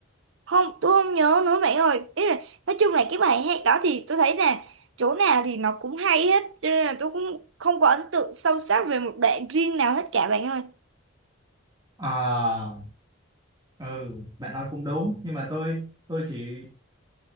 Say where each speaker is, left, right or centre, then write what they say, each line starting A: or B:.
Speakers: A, on the right; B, on the right.
A: không tôi không nhớ nữa bạn ơi. Ý là nói chung là cái bài hát đó thì tôi thấy là chỗ nào thì nó cũng hay hết cho nên là tôi cũng không có ấn tượng sâu sắc về một đoạn riêng nào hết cả bạn ơi.
B: À Ừ, bạn nói cũng đúng nhưng mà tôi tôi chỉ